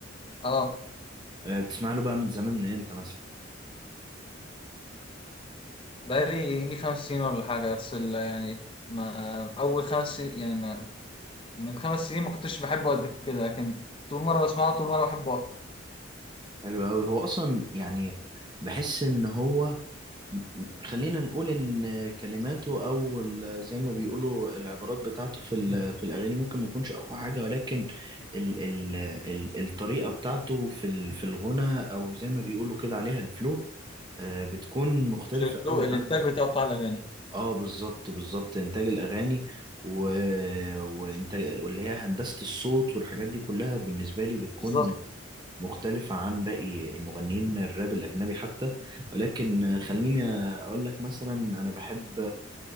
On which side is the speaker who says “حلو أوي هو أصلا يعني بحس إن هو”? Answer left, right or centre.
Right